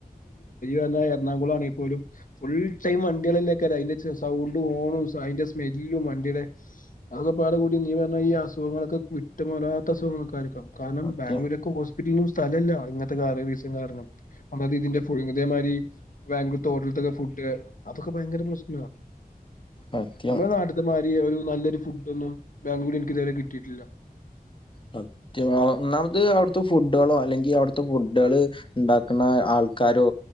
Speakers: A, on the left (about 60°); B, on the left (about 35°).
A: എറണാകുളം ആണേൽ പോലും ഫുൾ ടൈം വണ്ടികളല്ലെ ആയിക്കാരം അതിന്റെ സൗണ്ടും ഹോണും അതിന്റെ സ്മെല്ലും വണ്ടിയുടെ അത് ഒക്കെപ്പാടെ കൂടി നീ പറഞ്ഞ മാതിരി ഈ അസുഖങ്ങളൊക്കെ വിട്ട് മാറാത്ത അസുഖങ്ങങ്ങള് ഒക്കെ ആയിരിക്കാം കാരണം
B: സത്യം
A: ബാംഗലൂരൊക്കെ ഹോ ത്തിരിയും സ്ഥലം ഇല്ല ഇങ്ങനത്തെ കാര്യം ബിസിയും കാരണം അതായത് ഇതിന്റെ ഫുൾ ഇതേ മാതിരി ബാംഗ്ലൂ ഹോട്ടൽത്തൊക്കെ ഫുഡ് അതൊക്കെ ഭയങ്കര പ്രശ്നാ
B: സത്യം
A: നമ്മുടെ നാട്ടി ത്തെ മാതിരി ഒരു നല്ല ഒരു ഫുഡ് ഒന്നും ബാഗ്ലൂര് എനിക്ക് ഇതുവരെ കിട്ടിയിട്ടില്ല
B: സത്യവാ ഒന്നാമത് അവിടുത്തെ ഫുഡുകളോ അല്ലെങ്കിൽ അവിടുത്തെ ഫുഡുകള് ഉണ്ടാക്കുന്ന ആൾക്കാരോ